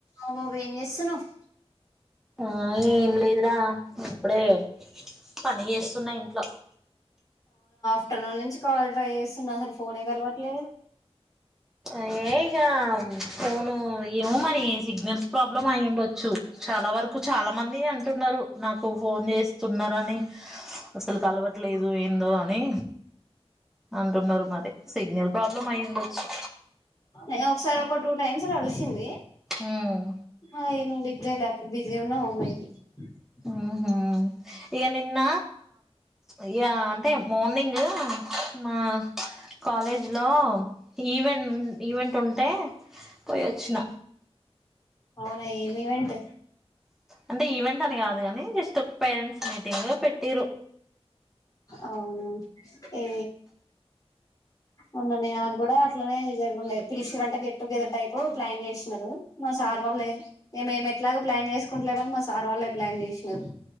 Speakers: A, on the left; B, in the centre.
A: అబ్బో ఏం చేస్తున్నావ్
B: ఆ ఏం లేదురా ఇప్పుడే పని చేస్తున్నా ఇంట్ల
A: పట్టనూలు నుంచి కాల్ ట్రై చేస్తున్నా అసలు ఫోనే కలవట్లేదు
B: ఏం ఇగా ఫొను ఏమొ మరి ఈ సిగ్నల్స్ ప్రాబ్లం అయి ఉండొచ్చు చాలా వరకు చాలా మంది అంటున్నారు నాకు ఫోన్ చేసి స్తున్నారని అసలు కలవట్లేదు ఏందో అని అంటున్నారు మరి సిగ్నల్ ప్రాబ్లమ్ అయ్యండొచ్చు
A: ఏం ఒకసారి ఒక టూ టైమ్స్ కలిసింది
B: ఉమ్
A: ఆ ఏమో లిటరల్లీ అప్పుడు బిజీ ఉన్న <unintelligible>
B: ఊహూ ఇగ నిన్న ఇగ అంటే మార్నింగ్ మా కాలేజీ లో ఈవెంట్ ఈవెంట్ ఉంటే పోయి వచ్చిన
A: అవునా ఏమి ఈవెంట్
B: అంటే ఈవెంట్ అని కాదు కాని జస్ట్ ఒక పేరెంట్స్ మీటింగ్ పెట్టిరు
A: అవు ఏ ఉన్ననే నాకు కూడా అట్లనే జరుగుండ పిలుచల అంటే గెట్టుగెదర్ టైపు ప్లాన్ చేసినారు మా సార్ వాళ్ళే మే మేమి ఎట్లాగ ప్లాన్ చేసుకుంటలేమని మా సార్ వాళ్ళే ప్లాన్ చేసినారు